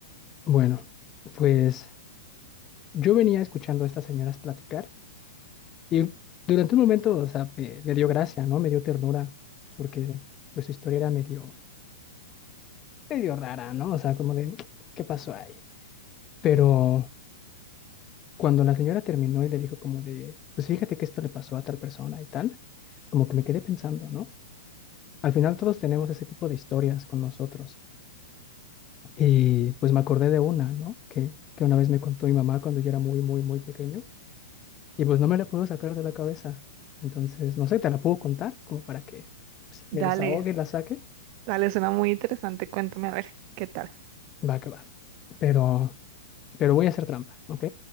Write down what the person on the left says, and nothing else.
Bueno, pues yo venía escuchando a estas señoras platicar y durante un momento, o sea, me, me dio gracia, ¿no? Me dio ternura, porque pues su historia era medio, medio rara, ¿no? O sea, como de, ¿qué pasó ahí? Pero cuando la señora terminó y le dijo como de, pues fíjate que esto le pasó a tal persona y tal, como que me quedé pensando, ¿no? Al final todos tenemos ese tipo de historias con nosotros Y pues me acordé de una, ¿no? Que, que una vez me contó mi mamá cuando yo era muy, muy, muy pequeño. Y pues no me la puedo sacar de la cabeza. Entonces, no sé, te la puedo contar como para que pues,
me desahogue, la saque.
Va que va. Pero, pero voy a hacer trampa, ¿ok?